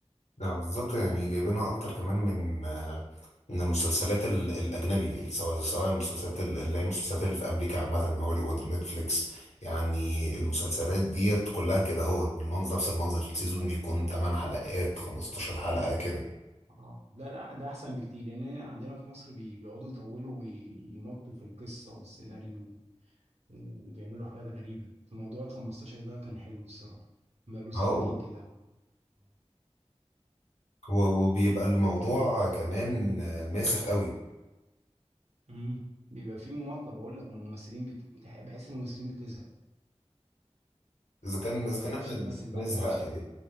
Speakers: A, on the left; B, on the right.
A: لا بالظبط يعني جايبينها اكتر كمان من آه، من المسلسلات ال- الاجنبي سواء سواء المسلسلات ال- اللي هي المسلسلات اللي في امريكا عامة هوليوود ونتفليكس يعني المسلسلات ديت كلها كده هوت بالمنظر نفس المنظر السيزون بيكون 8 حلقات 15 حلقة كده
B: اه لا لا ده احسن بكتير لان عندنا في مصر بي- بيقعدوا يطولوا ويمطوا في القصه والسيناريو وبيعملوا حاجات غريبه في موضوع ال 15 ده كان حلو الصراحه بقاله سنتين
A: اه
B: كده
A: و- وبيبقى الموضوع كمان آه، ماسخ قوي
B: امم بيبقى فيه مماطله بقول لك والممثلين بت... بحس إن الممثلين بتزهق
A: اذا كان اذا
B: ما بتعرفش
A: كان احنا
B: تمثل
A: اللي
B: بعد
A: بنزهق
B: العشرة
A: ايه